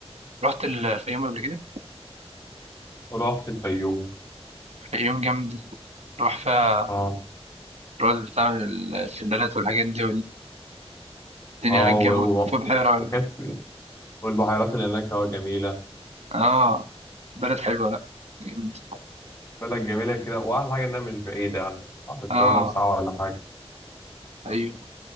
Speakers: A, on the right; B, on the left.
A: رحت الفيوم قبل كده
B: ورحت الفيوم
A: الفيوم جامد راح فيها
B: اه
A: الرز بتاع السندالات والحاجات دي والدنيا
B: اه
A: رجع
B: و...
A: في بحيرة
B: و... وكانت والبحيرات اللي هناك اه جميلة
A: اه بلد حلوة لا جامد.
B: بلد جميلة كده وأحلى حاجة إنها مش بعيدة يعني بعد القاهرة
A: اه
B: بساعة ولا حاجة
A: ايوه